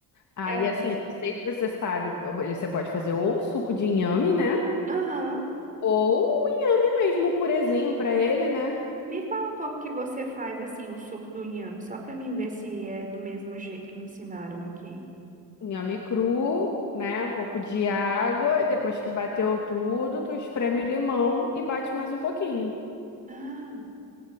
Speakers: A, on the left; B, on the right.
A: Aí,
B: É.
A: assim, não sei se você sabe, ele- você pode fazer ou suco de inhame, né?
B: Aham.
A: Ou o inhame mesmo, um purezinho pra ele, né?
B: Me fala como que você faz assim o suco do inhame, só pra mim ver se é do mesmo jeito que me ensinaram aqui.
A: Inhame cru, né? Um pouco
B: Uhum.
A: de água, e depois que bateu tudo, tu espreme limão e bate mais um pouquinho.
B: Ah,